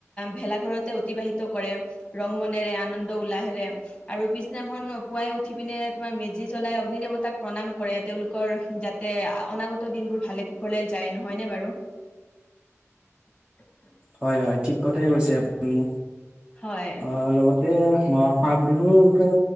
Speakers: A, on the left; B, on the right.
A: ভেলাঘৰতে অতিবাহিত কৰে। ৰং মনেৰে আন আনন্দ উলাহেৰে আৰু পিছদিনাখন পুৱাই উঠি পিনে তোমাৰ মেজি জ্বলাই অগ্নি দেৱতাক প্ৰণাম কৰে। তেওঁলোকৰ যাতে অনাগত দিনবোৰ ভালে কুশলে যায়। নহয়নে বাৰু? <inaudible>
B: হয়, হয়। ঠিক কথাই কৈছে আপুনি।
A: হয়
B: অ, লগতে মই মাঘ বিহুৰ বিষয়ে